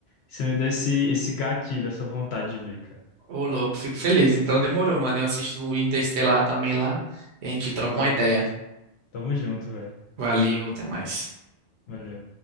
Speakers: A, on the left; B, on the right.
A: Você me deu esse, esse gatilho, essa vontade de ver, cara.
B: Ô, louco, fico feliz. Então demorou, mano. Eu assisto o Interestelar também lá e a gente
A: Vai
B: troca
A: lá.
B: uma ideia.
A: Tamo junto, velho.
B: Valeu, até mais.
A: Valeu.